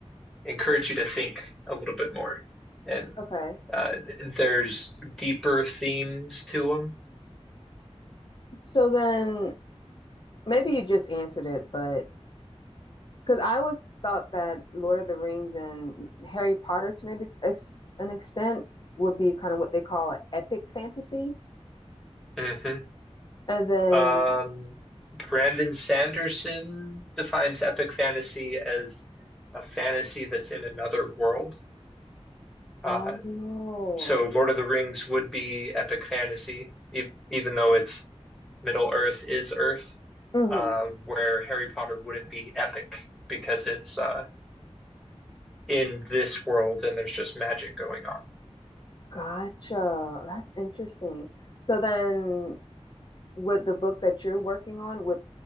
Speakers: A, in the centre; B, on the left (about 45°).
A: encourage you to think a little bit more. And
B: Okay.
A: uh, there's deeper themes to
B: So then maybe you just answered it, but because I always thought that Lord of the Rings and Harry Potter, to maybe ex- an extent, would be kind of what they call an epic fantasy.
A: them. hmm
B: And then,
A: Um, Brandon Sanderson defines epic fantasy as a fantasy that's in another world.
B: oh,
A: Uh, so Lord of the Rings would be epic fantasy, e even though it's Middle Earth is Earth,
B: mhm,
A: uh, where Harry Potter wouldn't be epic because it's uh, in this world and there's just magic going on.
B: gotcha. That's interesting. So then, with the book that you're working on, with